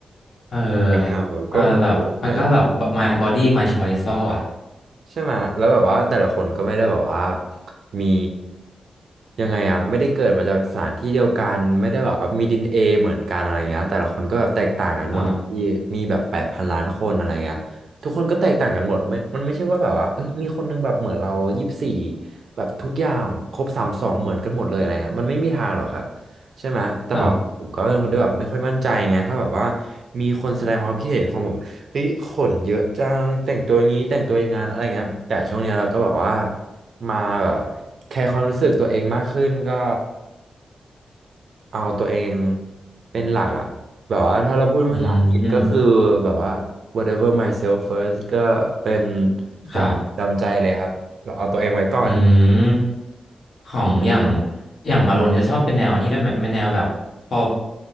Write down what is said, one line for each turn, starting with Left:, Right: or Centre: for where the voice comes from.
Left: เออ
Right: <laughs> อ่าแบบก็งงๆใช่
Left: เออแบบมันก็แบบ my body my choice ว่าวะ
Right: ใช่ไหมแล้วแบบว่าแต่ละคนก็ไม่ได้แบบว่ามียังไงอ่ะไม่ได้เกิดมาจากสถานที่เดียวกันไม่ได้แบบว่ามีดีเอ็นเอเหมือนกันอะไรเงี้ยแต่ละคนก็แบบแตกต่างกันหมดแล้วพี่มีแบบแปดพันล้านคนอะไรเงี้ยทุกคนก็แตกต่างกันหมดไม่มันไม่ใช่ว่าแบบว่าเอ้ยมีคนนึงแบบเหมือนเรายี่สิบสี่
Left: ครับ
Right: แบบทุกอย่างครบสามสองเหมือนกันหมดเลยอะไรเงี้ยมันไม่มีทางหรอกครับใช่ไหมแต่แบบผมก็เป็นคนที่แบบไม่ค่อยมั่นใจไงถ้าแบบว่า
Left: ครับ
Right: มีคนแสดงความคิดเห็นของผม เฮ้ยขนเยอะจังแต่งตัวงี้แต่งตัวอย่างงานอะไรเงี้ยแต่ช่วงเนี้ยเราก็แบบว่ามาแบบแคร์ความรู้สึกตัวเองมากขึ้นก็เอาตัวเองเป็นหลักอะแบบว่าถ้าเราพูดภาษาอังกฤษก็คือแบบว่า
Left: อืม
Right: whatever myself first ก็เป็นคติประจำใจเลยครับเราเอาตัวเองไว้ก่อน
Left: ครับอืม ของอย่างอย่างวาโลนจะชอบเป็นแนวอันนี้ด้วยไหมแนวแบบพอ